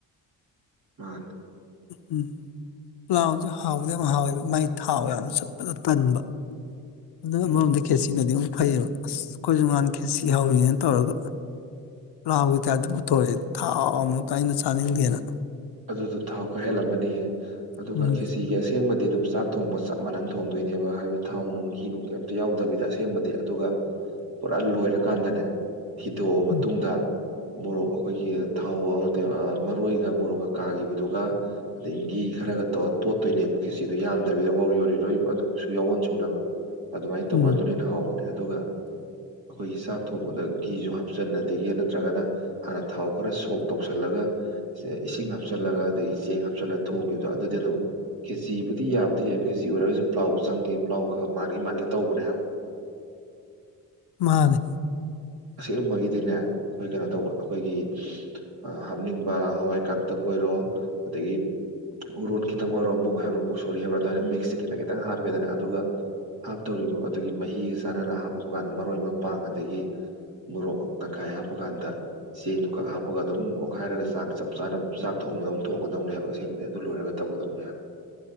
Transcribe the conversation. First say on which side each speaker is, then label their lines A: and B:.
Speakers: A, on the right; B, on the left.
A: ꯃꯥꯥꯟꯅꯦ
B: ꯎꯝ ꯄ꯭ꯂꯥꯎꯁꯨ ꯍꯥꯎꯗꯤ ꯌꯥꯝ ꯍꯥꯎꯋꯦꯗꯨ ꯃꯥꯏ ꯊꯥꯎ ꯌꯥꯝ ꯆꯨꯞꯄꯗꯨ ꯇꯟꯕ ꯑꯗꯨ
A: ꯎꯝ
B: ꯑꯃꯔꯣꯝꯗ ꯈꯦꯖꯤꯅꯗꯤ ꯑꯃꯨꯛ ꯐꯩꯌꯦꯕ ꯑꯁ ꯑꯩꯈꯣꯏꯁꯨ ꯉꯥꯟ ꯈꯦꯖꯤ ꯍꯧꯔꯤꯅꯦ ꯇꯧꯔꯒ ꯄꯂꯥ꯭ꯎꯒꯤ ꯇꯥꯏꯞꯇ ꯄꯨꯊꯣꯔꯛꯑꯦ ꯊꯥꯎ ꯃꯨꯛꯇ ꯑꯩꯅ ꯆꯥꯅꯤꯡꯗꯦꯅ
A: ꯑꯗꯨꯗꯣ ꯊꯥꯎ ꯈꯔ ꯍꯦꯜꯂꯝꯃꯅꯤꯌꯦ ꯑꯗꯨꯒ
B: ꯎꯝ
A: ꯈꯦꯆꯤꯒꯤ ꯑꯁꯦꯡꯕꯗꯤ ꯑꯗꯨꯝ ꯆꯥꯛ ꯊꯣꯡꯕ ꯆꯞ ꯃꯥꯟꯅꯅ ꯊꯣꯡꯗꯣꯏꯅꯦꯕ ꯍꯥꯏꯕꯗꯤ ꯊꯥꯎ ꯅꯨꯡ ꯒꯤꯅꯨꯡ ꯀꯦꯝꯇ ꯌꯥꯎꯗꯕꯤꯗ ꯑꯁꯦꯡꯕꯗ ꯗꯤ ꯑꯗꯨꯒ ꯄꯨꯔꯥ ꯂꯣꯏꯔꯀꯥꯟꯗꯅꯦ ꯊꯤꯗꯣꯛꯑ
B: ꯎꯝ
A: ꯃꯇꯨꯡꯗ ꯃꯣꯔꯣꯛ ꯑꯃꯨꯛ ꯑꯩꯈꯣꯏꯒꯤ ꯊꯥꯎ ꯑ ꯀꯩ ꯑ ꯃꯔꯣꯏꯒ ꯃꯣꯔꯣꯛꯒ ꯀꯥꯈꯤꯕꯗꯨꯒ ꯑꯗꯒꯤ ꯘꯤ ꯈꯔꯒ ꯇꯧꯔ ꯇꯣꯠꯇꯣꯏꯅꯦꯕ ꯈꯦꯆꯤꯗꯨ ꯌꯥꯝꯗꯕꯅꯤꯅ ꯌꯥꯎꯔꯤ ꯌꯥꯎꯔꯤ ꯂꯣꯏ ꯑꯗꯨꯝ ꯁꯨ ꯌꯥꯎꯑꯣꯟ ꯁꯨꯅꯕ ꯑꯗꯨꯃꯥꯏꯅ ꯇꯧꯕ
B: ꯎꯝ
A: ꯑꯗꯨꯅꯤ ꯍꯥꯎꯕꯅꯦ ꯑꯗꯨꯒ ꯑꯈꯣꯏꯒꯤ ꯆꯥꯛ ꯊꯣꯡꯕꯗ ꯘꯤꯁꯨ ꯍꯥꯞꯆꯟ ꯑꯗꯒꯤ ꯍꯦꯟꯅ ꯇ꯭ꯔꯒꯅ ꯍꯥꯟꯅ ꯊꯥꯎ ꯈꯔ ꯁꯣꯛ ꯇꯧꯁꯜꯂꯒ ꯏꯁꯤꯡ ꯗꯒ ꯑꯗꯒꯤ ꯆꯦꯡ ꯍꯥꯞꯆꯜꯂ ꯊꯣꯡꯈꯤꯕꯗꯣ ꯑꯗꯨꯗꯤ ꯑꯗꯨꯝ ꯈꯦꯆꯤꯕꯨꯗꯤ ꯌꯥꯕꯗꯤ ꯌꯥꯏꯕ ꯈꯦꯆꯤ ꯑꯣꯏꯔꯒꯁꯨ ꯄ꯭ꯂꯥꯎ ꯆꯪꯒꯦ ꯄ꯭ꯂꯥꯎ ꯈ ꯃꯥꯟꯒꯦ ꯃꯥꯟꯒꯦ ꯇꯧꯕꯅꯦ ꯍꯥꯏꯕ
B: ꯃꯥꯅꯦ
A: ꯑꯁꯦꯡꯕꯒꯤꯗꯤꯅꯦ ꯑꯩꯈꯣꯏ ꯀꯩꯅꯣ ꯇꯧꯕ ꯑꯩꯈꯣꯏꯒꯤ ꯑ ꯍꯥꯞꯅꯤꯡꯕ ꯍꯋꯥꯏ ꯀꯥꯡꯇꯛ ꯑꯣꯏꯔꯣ ꯑꯗꯒꯤ ꯎꯔꯣꯟ ꯈꯤꯇꯪ ꯑꯣꯏꯔꯣ ꯃꯨꯛ ꯍꯥꯏꯕ꯭ꯔ ꯃꯨꯁꯣꯔꯤ ꯍꯥꯏꯕ꯭ꯔ ꯑꯗꯨꯃꯥꯏꯅ ꯃꯤꯛꯁꯦ ꯈꯤꯇꯪ ꯈꯤꯇꯪ ꯍꯥꯞꯄꯦꯗꯅ ꯑꯗꯨꯒ ꯍꯥꯞꯇꯧꯔꯤꯕ ꯑꯗꯨꯒꯤ ꯃꯍꯤꯒ ꯆꯥꯟꯅꯅ ꯍꯥꯞꯄꯛꯄ ꯀꯥꯟꯗ ꯃꯔꯣꯏ ꯃꯄꯥꯡ ꯑꯗꯒꯤ ꯃꯣꯔꯣꯛ ꯇꯪꯈꯥꯏ ꯍꯥꯞꯄ ꯀꯥꯟꯗ ꯆꯦꯡꯗꯨ ꯈꯛ ꯍꯥꯞꯄꯒ ꯑꯗꯨꯝ ꯑꯣꯈꯥꯏꯔꯒ ꯆꯥꯡ ꯆꯞ ꯆꯥꯅ ꯑꯗꯨꯝ ꯆꯥꯛ ꯊꯣꯡꯕꯗꯧ ꯊꯣꯡꯒꯗꯧꯅꯦ ꯍꯥꯏꯕ ꯑꯁꯦꯡꯕꯩ ꯑꯗꯨ ꯂꯣꯏꯔꯒ ꯇꯧꯒꯗꯧꯅꯦ ꯍꯥꯏꯕ